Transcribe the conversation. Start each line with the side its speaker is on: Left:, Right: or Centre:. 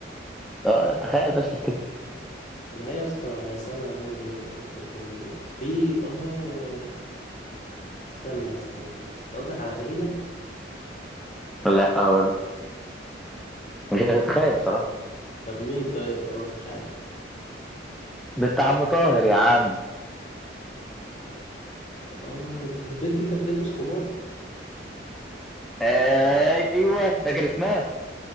Centre: اه تخيل بس افتكر
Left: ما هي يا اسطى يا سما يا نور اللي انت كنت بتحبهم دول في اه استنى استنى انت قصدك على فريدة
Centre: لا أه. مش هتتخيل بصراحة
Left: طب مين طيب خلاص مش عارف
Centre: بنت عم طاهر يا عم
Left: اه دي البنت اللي كانت بتلبس خمار
Centre: ايوه فاكر اسمها